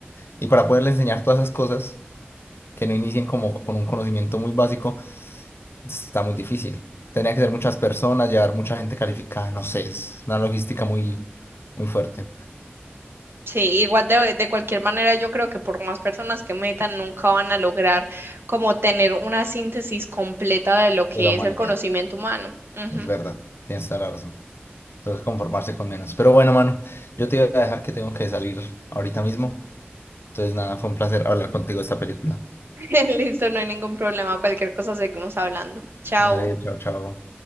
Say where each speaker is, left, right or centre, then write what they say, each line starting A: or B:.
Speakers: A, on the left; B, on the right.
A: Y para poderle enseñar todas esas cosas que no inicien como con un conocimiento muy básico, está muy difícil. Tendría que ser muchas personas, llevar mucha gente calificada, no sé, es una logística muy, muy fuerte
B: Sí, igual de, de cualquier manera yo creo que por más personas que metan nunca van a lograr como tener una síntesis completa de lo que
A: de la humanidad.
B: es el conocimiento humano. Ujú.
A: Es verdad, tienes toda la razón. Tengo que conformarse con menos. Pero bueno, mano, yo te voy a dejar que tengo que salir ahorita mismo. Entonces, nada, fue un placer hablar contigo de esta película.
B: <laughs> Listo, no hay ningún problema, cualquier cosa seguimos hablando. Chao.
A: Dale, chao, chao.